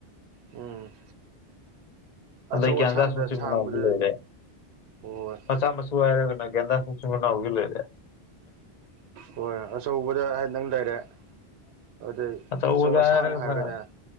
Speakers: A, on the right (about 85°); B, on the left (about 45°).
A: ꯎꯝ
B: ꯑꯗꯗꯒꯤ
A: ꯑꯆꯧ ꯑꯁꯥꯡꯗ
B: ꯑꯗꯁ ꯃꯆꯨꯅ
A: ꯁꯥꯡꯕꯗ
B: ꯂꯩꯦ
A: ꯍꯣꯏ
B: ꯃꯆꯥ ꯃꯆ ꯁꯨꯔꯒꯅꯒꯗ ꯁꯆꯅ ꯎꯒ ꯂꯔ
A: ꯍꯣꯏ ꯑꯆꯧꯕꯗ ꯍꯥꯏ ꯅꯪ ꯂꯩꯔꯦ ꯑꯗꯨꯗꯩ
B: ꯑꯆꯧꯕꯗ
A: ꯑꯆꯧ ꯑꯁꯥꯡ
B: ꯍꯥꯏꯔꯒꯅ
A: ꯍꯥꯏꯔꯒꯅꯦ